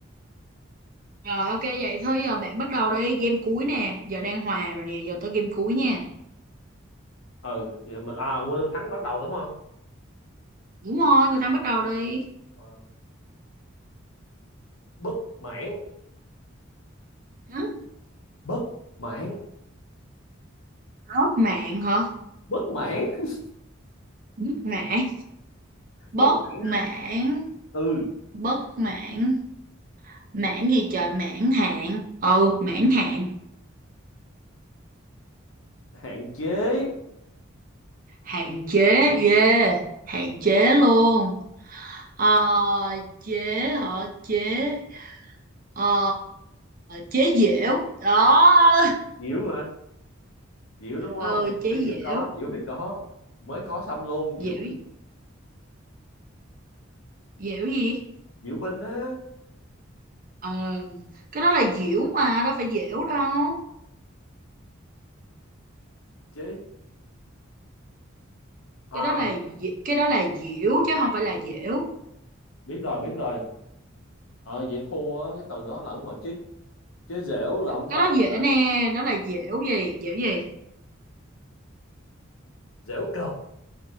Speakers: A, on the right; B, on the left.
A: rồi ok vậy thôi giờ bạn bắt đầu đi game cuối nè giờ đang hòa rồi nè giờ tới game cuối nha
B: ừ vậy mình à quên thắng bắt đầu đúng không
A: đúng rồi người ta bắt đầu đi
B: Ờ, bất mãn
A: Hử?
B: bất mãn
A: Rớt mạng hả
B: bất mãn <laughs>
A: bớt mạng bớt
B: bất mãn
A: mạng
B: á. ừ
A: bớt mạng mãn gì trời mãn hạn ừ mãn hạn
B: hạn chế
A: hạn chế yeah, hạn chế luôn ờ chế hả chế ờ chế dẻo đó
B: diễu hả diễu đúng không
A: ờ
B: ok
A: chế
B: diễu
A: dẻo
B: có diễu thì có mới có xong luôn
A: dẻo
B: diễu binh
A: dẻo gì
B: diễu binh á
A: ờ cái đó là dẻo mà đâu phải dẻo đâu
B: chế à
A: cái đó là dẻ- cái đó là dẻo chứ không phải là dẻo
B: biết rồi biết rồi ờ vậy thua á, cái từ đó là đúng rồi chứ chứ dẻo là không
A: cái
B: có
A: đó dễ
B: rồi đó
A: nè đó là dẻo gì dẻo gì
B: dẻo cợt